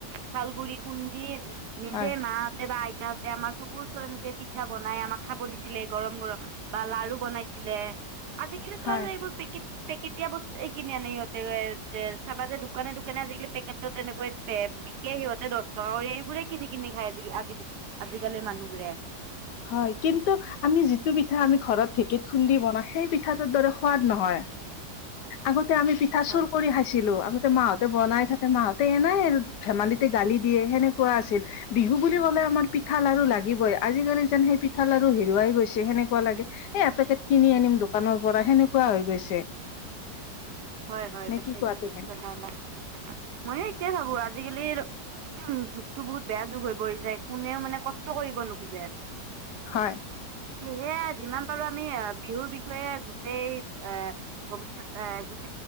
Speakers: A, on the right; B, on the left.
A: শালগুৰি খুন্দি নিজে
B: হয়
A: ম হতে বা আইতাহঁতে আৰ চ কৰু ওৰত এনেকে পিঠা বনাই আমাক খাব দিছিলে গৰম গৰম বা লাৰু বনাইছিল, আজিকালিতো
B: হয়
A: আৰু এইবোৰ পেকেট পেকেটীয়া বস্তু এই কিনি আনি সিহঁতে যে চাবা যে দোকানে দোকান আজিকালি, পেকেটো তেনেকৈ বিকে সিহঁতে দহ টকা কৰি এইবোৰে কিনি কিনি খাই আজ আজি আজিকালি মান মানুহবোৰে,
B: হয় কিন্তু আমি যিটো পিঠা আমি ঘৰত ঢেঁকত খুন্দি বনা সেই পিঠাটোৰ দৰে সোৱাদ নহয় আগত আমি পিঠা চুৰ
A: হয়
B: কৰি খাইছিলো, আতে মাহঁতে বনাই থাকে মাহতে এনাই আৰু ধেমালিতে গালি দিয়ে সেনেকুৱা আছিল বিহু বুলি ক আমাৰ পিঠা লাৰু লাগিবই আজিকালি- যেন সেই পিঠাল আৰু হেৰুৱাই গৈছে সেনেকুৱা লাগে এ এপেকেট কিনি আনিম দোকানৰ পৰা সেনেকুৱা হৈ গৈছে।
A: <unintelligible> হয় হয়
B: নে
A: পাছত
B: কোৱা তুমি
A: কি কথালা ময়ো এইটয়ে ভাবো আজিকালি উ যুগতো বহুত বেয়া যুগ হৈ পৰি যায় কোনেও মানে কষ্ট কৰিব নোখোজে।
B: হয়
A: সেয়া যিমান পাৰো আমি বিহুৰ বিষয়ে গোটেই এ ভৱিষয়ত এ